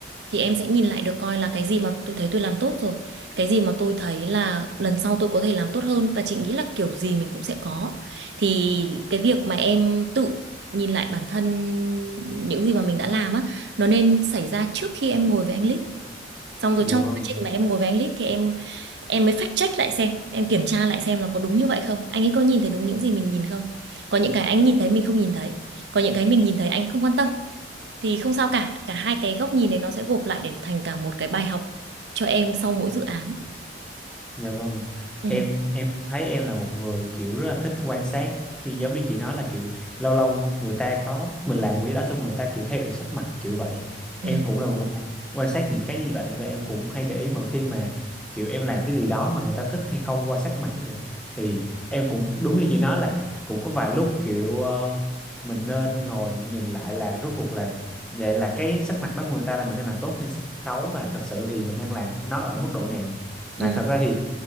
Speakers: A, on the right (about 65°); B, in the centre.
A: thì em sẽ nhìn lại được coi là cái gì mà tôi thấy tôi làm tốt rồi cái gì mà tôi thấy là lần sau tôi có thể làm tốt hơn và chị nghĩ là kiểu gì mình cũng sẽ có thì cái việc mà em tự nhìn lại bản thân những gì mà mình đã làm á nó nên xảy ra trước khi em ngồi với anh Lít xong rồi
B: Dạ
A: trong
B: vâng.
A: quá trình mà em ngồi với anh Lít thì em em mới fact check lại xem em kiểm tra lại xem là có đúng như vậy không anh ấy có nhìn thấy đúng những gì mình nhìn không có những cái anh nhìn thấy mình không nhìn thấy có những cái mình nhìn thấy anh không quan tâm thì không sao cả cả hai cái góc nhìn đấy nó sẽ gộp lại để thành cả một cái bài học cho em sau mỗi dự án
B: Dạ vâng ạ.
A: ừ
B: Em em thấy em là một người kiểu rất là thích quan sát khi giống như chị nói là kiểu lâu lâu người ta có mình làm một cái gì đó xong người ta kiểu thay đổi sắc mặt kiểu vậy. Em
A: ừ
B: cũng là một người quan sát những cái như vậy và em cũng hay để ý mọi khi mà kiểu em làm cái gì đó mà người ta thích hay không qua sắc mặt ấy kìa. Thì em cũng đúng như chị nói là cũng có vài lúc kiểu ờ, mình nên ngồi nhìn lại là rốt cuộc là vậy là cái sắc mặt đó của người ta là mình đang làm tốt hay xấu và thật sự thì mình đang làm nó ở mức độ nào. Mà
A: ừ
B: thật ra thì